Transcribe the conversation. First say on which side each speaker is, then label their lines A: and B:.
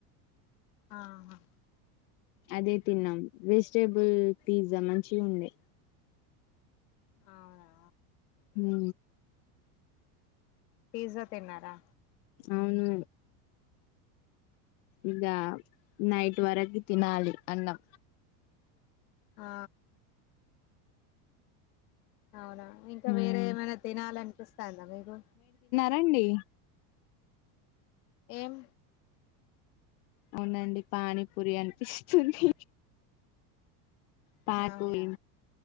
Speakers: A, on the left; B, on the left.
A: ఆహ
B: అదే తిన్నాం వెజిటేబుల్ పిజా మంచి ఉండే
A: అవునా
B: ఊ
A: పీజా తిన్నారా
B: అవును ఇగా నైట్ వరకి తినాలి అన్నం
A: ఆ అవునా ఇంకా
B: ఉమ్
A: వేరే ఏమైనా తినాలనిపిస్తాందా మీకు
B: రండి
A: ఎం
B: అవునండి పానీ పూరి అనిపిస్తుంది ప నిపురితి
A: అవునా